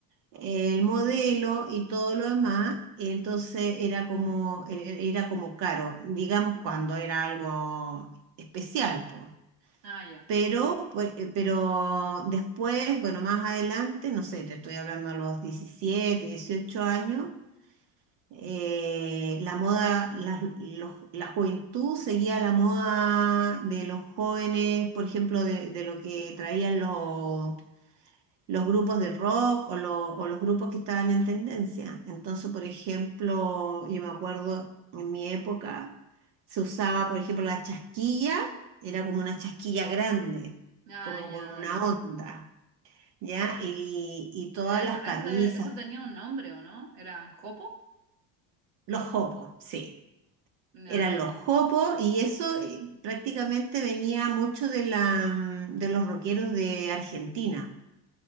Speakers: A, on the right (about 65°); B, on the right (about 90°).
A: el modelo y todo lo demás. y Entonces era como, e- e-, era como caro, digamos cuando era algo especial, pues.
B: Ah, ya.
A: Pero, pues, eh, pero después, bueno, más adelante, no sé, te estoy hablando a los 17 18 años, eh, la moda, la, los- la juventud seguía la moda de los jóvenes, por ejemplo, de, de lo que traían los, los grupos de rock o, lo- o los grupos que estaban en tendencia. Entonces, por ejemplo, yo me acuerdo en mi época se usaba, por ejemplo, la chasquilla, era como una chasquilla grande,
B: Ah,
A: como
B: ya,
A: con una
B: dale.
A: onda, ¿ya? Y, y todas
B: Era
A: las
B: esa-
A: camisas,
B: ese- eso tenía un nombre, ¿o no? ¿Era jopo?
A: los jopos, sí.
B: Ya.
A: Eran los jopos y eso eh, prácticamente venía mucho de la, mm, de los rockeros de Argentina.